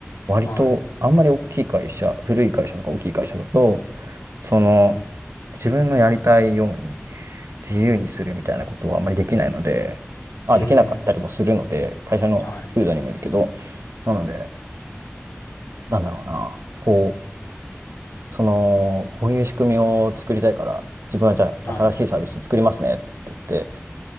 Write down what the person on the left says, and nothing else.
は
い。うーん。
はい。
はい。